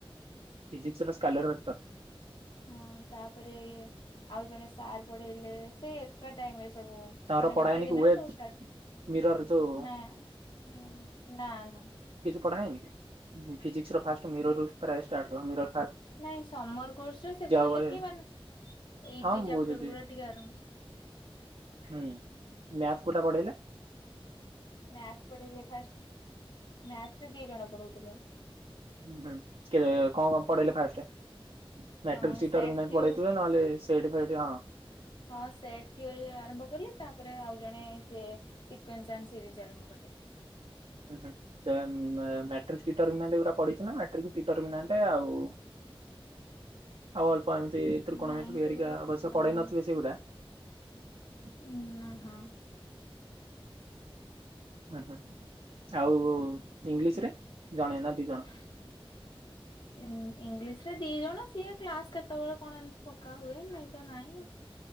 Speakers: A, on the right; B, on the left.
A: ଫିଜିକ୍ସର ସ୍କାଲାର ବାକଟର
B: ହଁ ତାପରେ ଇ ଆଉ ଜଣେ ସାର୍ ପଢେଇଲେ ସେଇ ଏକା ଟାଇମସ ସବୁ
A: ତାଙ୍କର
B: ମାନେ
A: ପଢା
B: ଗୋଟେ
A: ହେଇନି
B: ଦିନରେ
A: କି ୱେଭ୍ସ
B: ସବୁ ଷ୍ଟାଟ
A: ମିରର
B: <inaudible>
A: ଯୋଉ
B: ନାଁ ନାଁ ନାଁ
A: ପଢ଼ାଏ ନିକି ଫିଜିକ୍ସର ଫାଷ୍ଟ ମିରରୁ ପ୍ରାଇସ ଷ୍ଟାଟ କର ମିର
B: ନାଇଁ ସମର କୋର୍ସ ରେ ସେ କହିଲେ
A: ହୁଏ।
B: କି ମାନେ ଇଜି
A: ହଁ ମୁଁ
B: ଚାପଟର
A: ଯଦି
B: ଗୁଡା ଟିକେ ଆର ହୁଁ।
A: ହୁଁ ମ୍ୟାଥ କୋଉଟା ପଢେଇଲ।।
B: ମ୍ୟାଥ ପଢେଇଲେ ଫାଷ୍ଟ ମ୳୲ଥରେ ଦି ଜଣ ପଢଉ ଥିଲେ।
A: ହଁ କିଏ କଣ ପଢେଇଲେ ଫାଷ୍ଟ। ମେଟ୍ରିକି
B: ଅ
A: ସିଟର୍ମିନାଲ
B: ସେଟ୍ ଥିଓ
A: ପଢେଇଥିବେ। ନହେଲେ ସେଟ୍ ଫେଟ ହଁ।
B: ହଁ ସେଟ କିଉ ଆରମ୍ଭ କଲେ ତାପରେ ଆଉ ଜଣେ ସିଏ ସିକୁନ୍ସି ନିଜେ ଆରମ୍ଭ କଲେ।
A: ଉ ହୁ ଯେ ମେ ମାଟ୍ରିକସ୍ ଟିଟର୍ମିନେଟ୍ ଏ ଗୁଡାକ ପଡ଼ିଚିନା। ମେଟ୍ରିକ୍ ଟି ଟର୍ମିନେଟ୍ ଆଉ <inaudible> ଆଉ ଅଳ୍ପ ଏମିତି ତ୍ରିକୋଣମିତି
B: ନାଇଁ ସେଗୁଡା
A: ଏରିକା
B: ଏତେ
A: ଅବଶ୍ୟ
B: ପଢା
A: ପଢେଇ
B: ହେଇନି
A: ନଥିବେ ସେଗୁଡା <inaudible>
B: ଉଁ ହଁ।
A: ଉଁ ହୁଁ ଆଉ ଇଂଲିଶ ରେ
B: <inaudible>
A: ଜଣେ ନା ଦି ଜଣ
B: ଇଁ ଇଂଲିଶ ସେ ଦି ଜଣ ସିଏ କ୍ଲାସ କେତେବେଳେ କଣ ଏମିତି ପକା ହୁଏ ନାଇଁ ତ ନାଇଁ।